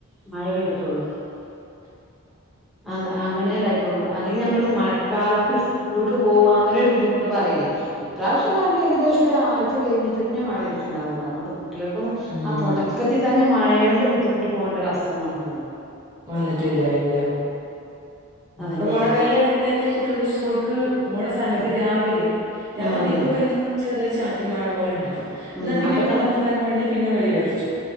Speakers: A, in the centre; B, on the right.
A: മഴ പെയ്തിട്ടുള്ളൂ
B: <inaudible>
A: അ അങ്ങനെണ്ടായിട്ടുള്ളു അല്ലെങ്കി നമ്മള് മഴക്കാലത്ത് സ് കൂൾക്ക് പോവ അങ്ങനെയൊരു ബുദ്ധിമുട്ട് പറയിലെ ഇപ്രാവശ്യെന്തായാലും ഏകദേശം ഒരായ്ച്ച കഴിഞ്ഞിട്ടെന്നെ മഴ പെയ്തിട്ടുണ്ടാവുള്ളു അതൊണ്ട് കു ട്ടികൾക്കൊന്നും
B: ഉം
A: ആ തൊടക്കത്തി തന്നെ മഴയോണ്ട് ബുദ്ധിമുട്ടി പോകേണ്ട ഒരവസ്ഥ ഒന്നും വന്നിട്ടില്ല
B: വന്നിട്ടില്ല ഇല്ല
A: അതന്നെ.
B: ഇപ്പൊ മഴ പെയ്യാണെങ്കി തന്നെ കുട്ട്യോൾ സ്കൂൾക്ക് പോണ സമയത്ത്
A: ഉം.
B: രാവിലെ രാവിലെ
A: ആഹ് അതെ.
B: നീക്കുമ്പോ എന്നും ചെറിയൊരു ചാറ്റൽ മഴ പോലെണ്ടാവും ഇന്നാ
A: ഉം
B: പിന്നെ
A: അപ്പ
B: ഒരു
A: തൻ
B: പത്ത് പതിനൊന്ന് മണി കയിഞ്ഞ പിന്നെ വെയിലെറിച്ചു